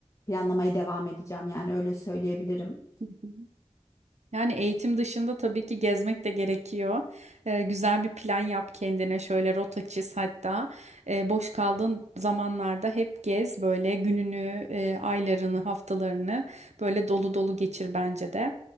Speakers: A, on the left; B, on the right.
A: planlamaya devam edeceğim yani öyle söyleyebilirim.
B: <laughs> Yani eğitim dışında tabii ki gezmek de gerekiyor. Ee, güzel bir plan yap kendine şöyle rota çiz hatta Ee, boş kaldığın zamanlarda hep gez böyle gününü, e, aylarını, haftalarını böyle dolu dolu geçir bence de.